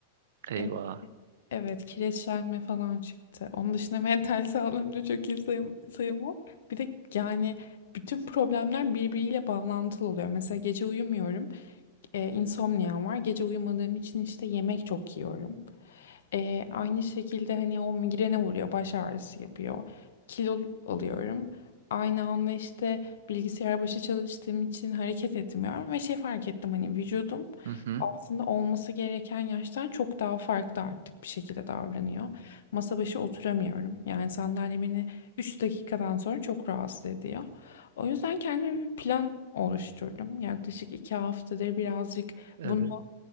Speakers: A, on the right; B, on the left.
A: Eyvah.
B: E, evet kireçlenme falan çıktı. Onun dışında <laughs> mental sağlığım da çok iyi sayım, sayılmaz. Bir de yani bütün problemler birbiriyle bağlantılı oluyor. Mesela gece uyumuyorum. e, insomniam var. Gece uyumadığım için işte yemek çok yiyorum. E, aynı şekilde hani o migrene vuruyor, baş ağrısı yapıyor. Kilo alıyorum. Aynı anda işte bilgisayar başı çalıştığım için hareket etmiyorum ve şey fark ettim hani vücudum
A: Hı hı.
B: aslında olması gereken yaştan çok daha farklı artık bir şekilde davranıyor. Masa başı oturamıyorum. Yani sandalye beni 3 dakikadan sonra çok rahatsız ediyor. O yüzden kendime bir plan oluşturdum. Yaklaşık 2 haftadır birazcık
A: Evet.
B: bunu